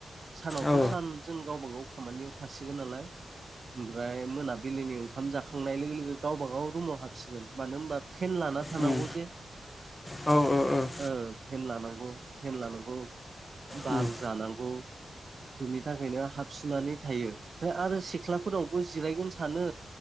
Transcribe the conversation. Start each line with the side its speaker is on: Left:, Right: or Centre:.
Right: सानावथ'
Left: औ ओ
Right: सान जों गावबा गाव खामानियाव थासिगोन नालाय ओमफ्राय मोनाबिलिनि ओंखाम जाखांनाय लोगो लोगो गावबाागाव रुमाव हाब सिगोन मानो होनबा पेन लाना थानांगौ
Left: उम
Right: जे
Left: औ औ औ
Right: औ फेन लानांगौ फेन लानांगौ बार'
Left: उम औ उम
Right: जानांगौ बिनि थाखायनो हाबसुनानै थायो ओमफ्राय आरो सेख्लाफोरावबो जिरायगोन सानो